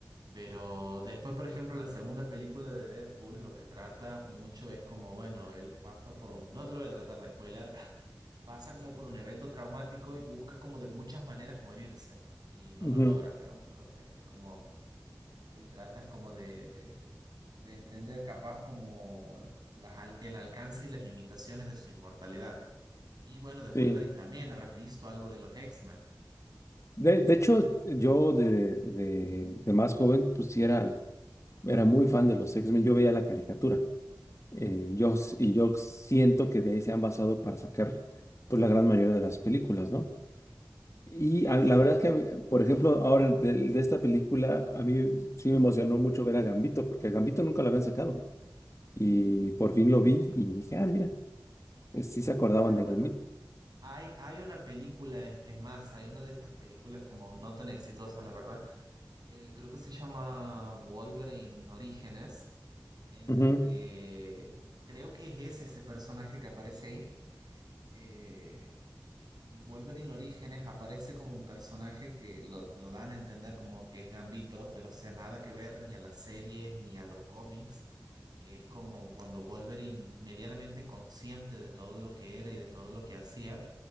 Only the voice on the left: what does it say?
Ujú,
Sí.
De, de hecho, yo de, de, de más joven, pues sí era, era muy fan de los X-Men. Yo veía la caricatura. Eh, yo, s- y yo siento que de ahí se han basado para sacar pues, la gran mayoría de las películas, ¿no? Y
a-
la verdad es que,
a mí, por ejemplo, ahora de, de esta película, a mí sí me emocionó mucho ver a Gambito, porque a Gambito nunca lo habían sacado. Y por fin lo vi y dije, ah, mira, eh, sí se acordaban
de
Gambito.
Ujú,